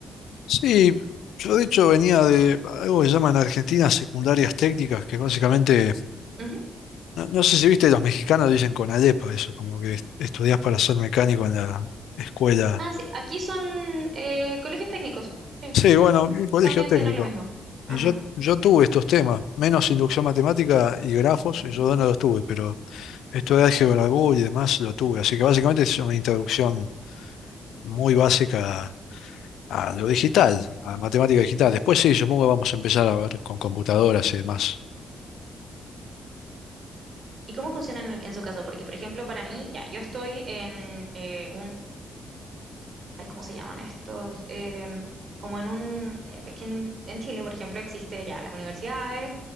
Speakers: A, on the left (about 80°); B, on the right (about 55°).
A: Sí, yo de hecho venía de algo que llaman en Argentina secundarias técnicas, que básicamente,
B: Ujú.
A: no, no sé si viste, los mexicanos dicen con Alepa eso, como que est- estudiás para ser mecánico en la escuela.
B: Ah, sí, aquí son eh, colegios técnicos, sí,
A: Sí, bueno, un colegio
B: también
A: técnico.
B: tienen lo mismo. Ajá.
A: Y yo, yo tuve estos temas, menos inducción matemática y grafos, y
B: ujú,
A: yo no los tuve, pero esto de álgebra Boole y demás lo tuve. Así que básicamente es una introducción muy básica a, lo digital, a matemática digital.
B: ya.
A: Después sí, supongo que vamos a empezar a ver con computadoras y demás.
B: ¿Y cómo funciona en, en su caso? Porque, por ejemplo, para mí, ya, yo estoy en eh, ay, ¿cómo se llaman estos? Em, como en un, eh, es que en, en Chile, por ejemplo, existe ya las universidades,